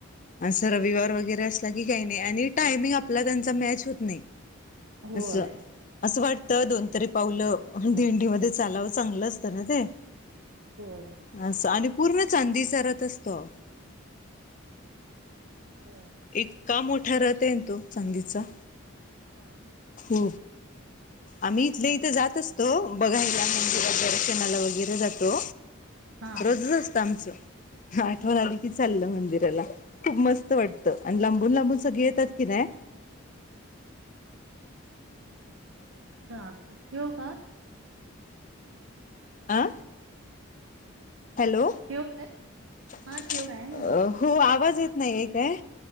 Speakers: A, on the left; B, on the right.
A: असं रविवार वगैरे असला की काही नाही आणि टायमिंग आपला त्यांचा मॅच होत नाही.
B: होय
A: असं असं वाट त दोन तरी पावलं दिंडीमध्ये चालावं चांगलं असतं ना ते,
B: होय
A: अस आणि पूर्ण चांदीच रत असतो.
B: होय.
A: इतका मोठा रथ आहे ना तो चांदीचा.
B: हा
A: हो. आम्ही इथल्या इथ जात असतो बघायला मंदिरात दर्शनाला वगैरे जातो.
B: हा
A: रोजच असतं आमचं आठवण आली की चाललं मंदिराला खूप मस्त वाटत. आणि लांबून लांबून सगळे येतात की नाही.
B: ह ठेवू का?
A: आ. हॅलो!
B: ठेवू काय?
A: अ.
B: हा ठेवू काय म्हटलं?
A: हो आवाज येत नाहीये काय